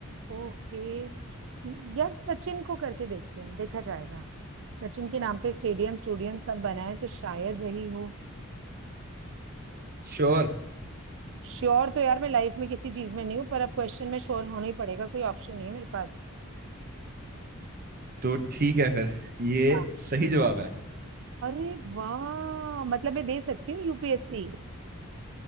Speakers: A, on the right; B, on the right.
A: ओके यार सचिन को करके देखते हैं देखा जाएगा सचिन के नाम पे स्टेडियम स्टूडियम सब बना है तो शायद वही हो
B: श्योर
A: श्योर तो यार मैं लाइफ में किसी चीज में नहीं हूँ पर अब क्वेश्चन में श्योर होना ही पड़ेगा कोई ऑप्शन नहीं है मेरे पास
B: तो ठीक है फिर ये
A: हाँ।
B: सही जवाब है
A: अरे वाह मतलब मैं दे सकती हूँ यूपीएससी